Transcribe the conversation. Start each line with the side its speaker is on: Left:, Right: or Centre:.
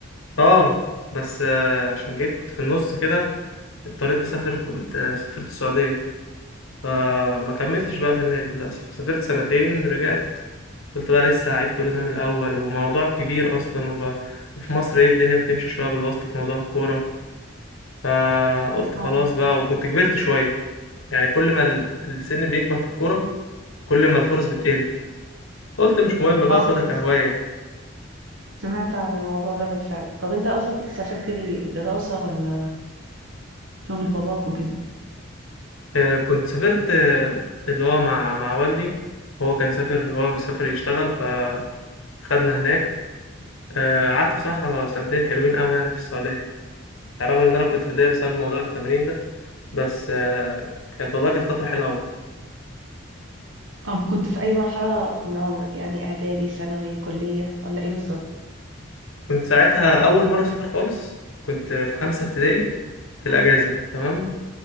Left: اه بس أه عشان جيت في النص كده اضطريت اسافر كنت آه، سافرت السعوديه فما كملتش بقى في النادي للأسف سافرت سنتين رجعت قلت بقى لسه هعيد كل ده من الأول وموضوع كبير أصلا وب... وفي مصر ايه الدنيا بتمشي شوية بالواسطة في موضوع الكورة فقلت
Right: آه،
Left: خلاص بقى وكنت كبرت شوية يعني كل ما ال- السن بيكبر في الكورة كل ما الفرص بتقل قلت مش مهم
Right: حصل
Left: بقى أخدها كهواية
Right: سمعت عن الموضوع ده بالفعل. طب أنت أصلًا كنت سافرت ليه، دراسة والّا شغل باباك وكده؟
Left: آه، كنت سافرت آه، اللي هو مع مع والدي هو كان سافر هو سافر يشتغل فخدنا هناك آه، قعدت بصراحة سنتين حلوين قوي يعني في السعودية رغم ان انا كنت متضايق بسبب موضوع التمرين ده بس آه، كانت والله كانت فتره حلوه قوي
Right: طب كنت في أي مرحلة من عمرك، يعني إعدادي، ثانوي، كلية والّا إيه بالضبط؟
Left: كنت ساعتها اول مره اسافر خالص كنت في خمسه ابتدائي في الاجازه تمام